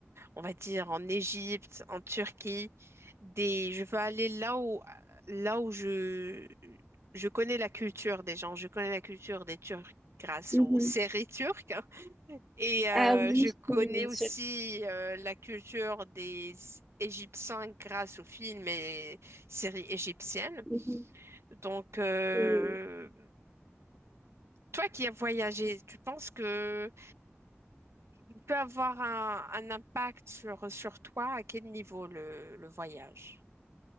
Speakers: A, on the right; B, in the centre.
A: on va dire en Égypte, en Turquie, des je veux aller là où là où je je connais la culture des gens, je connais la culture des Turcs grâce
B: Mhm.
A: aux séries turques hein. et euh,
B: Ah oui,
A: je connais
B: oui, bien
A: aussi
B: sûr.
A: euh, la culture des Égyptiens grâce aux films et séries égyptiennes.
B: Mhm.
A: Donc euh,
B: Oui.
A: Toi qui as voyagé, tu penses que il peut avoir un, un impact sur, sur toi? À quel niveau le, le voyage?